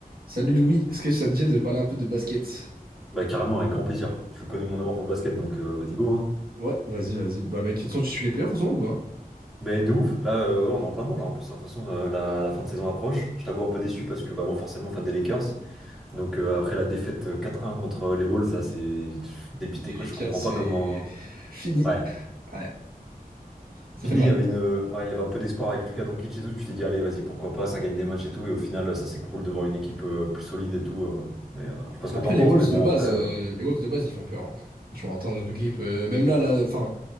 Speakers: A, on the right (about 70°); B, in the centre.
A: Salut Louis, est-ce que ça te dit de parler un peu de basket?
B: Bah carrément, avec grand plaisir. Tu connais mon amour pour le basket, donc euh, vas-y go, hein.
A: Ouais, vas-y, vas-y. Bah mec, de toute façon, tu suis les playoffs en ce moment ou pas?
B: Mais de ouf, là euh, ouais, on est en plein dedans là en plus, hein. De toute façon euh, la, la fin de saison approche. Je t'avoue un peu déçu parce que bah moi forcément fan des Lakers. Donc euh, après la défaite euh, 4-1 contre euh, les Wolves, là c'est pff, dépité
A: Les
B: quoi,
A: Lakers,
B: je comprends
A: c'est
B: pas comment.
A: fini.
B: hein. Ouais.
A: Ouais, ça
B: Fini,
A: fait mal.
B: il y avait une. euh, Ouais, il y avait un peu d'espoir avec Lucas Doncic et tout, tu t'es dit allez vas-y pourquoi pas, ça gagne des matchs et tout, et au final ça s'écroule devant une équipe euh, plus solide et tout. euh. Mais euh, je sais pas ce que
A: Après,
B: t'en
A: les
B: penses,
A: Wolves
B: mais bon
A: de base,
B: après. euh,
A: euh, les Wolves de base, ils font peur. hein. Franchement, attends, notre équipe, euh, même là, là, enfin,